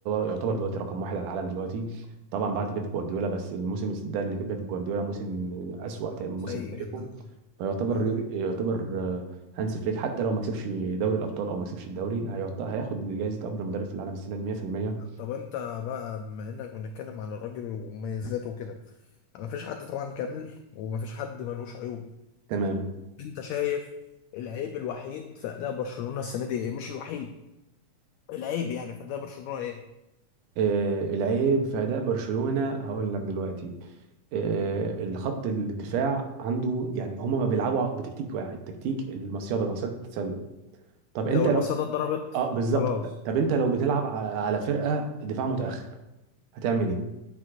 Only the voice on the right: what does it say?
يعتبر دلوقتي رقم واحد على العالم دلوقتي طبعا بعد بيب جوارديولا بس الموسم ده اللي بيب جوارديولا موسم اسوأ موسم
في تاريخه
فيعتبر
يور- يعتبر آه، هانسي فليك حتى لو ما كسبش دوري الابطال او ما كسبش الدوري هيعط- هياخد جائزه افضل مدرب في العالم السنه دي 100%
تمام
آه، العيب في اداء برشلونه هقول لك دلوقتي آه، الخط الدفاع عنده يعني هم ما بيلعبوا بتكتيك واحد تكتيك المصيده مصيده التسلل طب
انت
لو
اه بالظبط
طب انت لو بتلعب على على فرقه دفاع متاخر هتعمل ايه